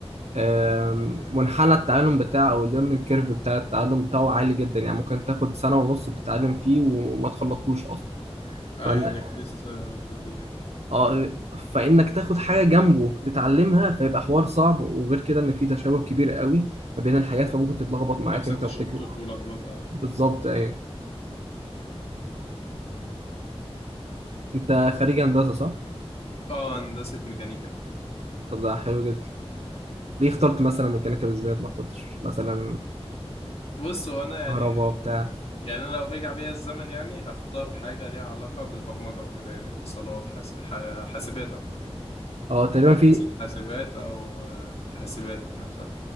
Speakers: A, on the right; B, on the left.
A: آم، منحنى التعلم بتاعه او الليرنينج كيرف بتاع التعلم بتاعه عالي جدا يعني ممكن تاخد سنه ونص بتتعلم فيه وما تخلصوش اصلا
B: ايوه انك لسه في البدايه
A: اه
B: ايوه
A: فانك تاخد حاجه جنبه تتعلمها فيبقى حوار صعب وغير كده ان في تشابه كبير قوي ما بين الحاجات فممكن تتلخبط معاك
B: يحصل
A: انت
B: تشتت
A: وبتكتب
B: ولخبطه
A: بالظبط ايوه انت خريج هندسه صح
B: اه هندسه ميكانيكا
A: طب ده حلو جدا ليه اخترت مثلا ميكانيكا بالذات ما اخترتش مثلا
B: بص هو انا
A: كهرباء
B: يعني
A: بتاع
B: يعني انا لو رجع بيا الزمن يعني هختار حاجه ليها علاقه بالبرمجه وكده يعني اتصالات حاسب حاسبات اكتر يعني
A: اه تقريبا
B: هندسه
A: في
B: حاسبات او آه، حاسبات نفسها